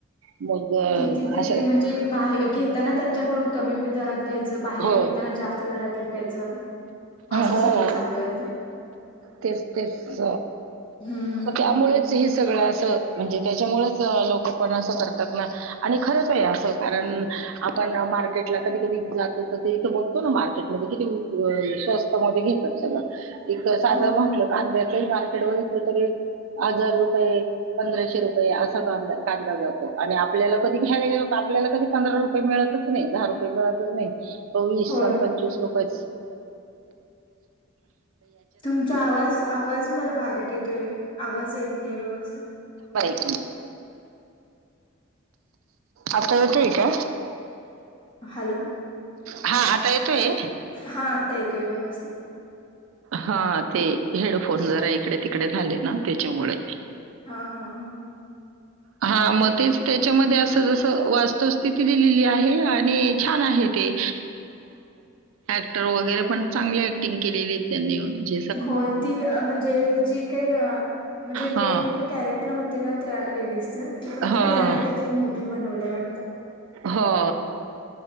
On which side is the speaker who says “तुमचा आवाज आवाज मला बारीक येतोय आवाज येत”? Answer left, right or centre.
Left